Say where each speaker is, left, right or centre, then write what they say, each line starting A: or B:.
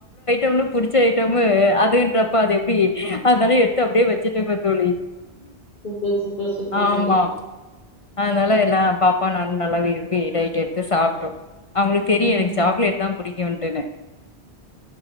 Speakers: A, on the left; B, on the left.
A: எவ்ளோ புடிச்ச ஐட்டமு அதுன்றப்ப அது எப்டி அதுனால எட்த்து அப்டே வெச்சுட்டு வந்தே தோழி
B: சூப்பர் சூப்பர் சூப்பர்
A: ஆமா
B: தோழி
A: அதனால எல்லா பாப்பா நானு நல்லா விரும்பி நை ட்டு எப்ப சாப்ட்டோ அவ்ங்களுக்கு தெரியு
B: ம்
A: எனக்கு சாக்லேட் தா புடிக் கு அப்டினு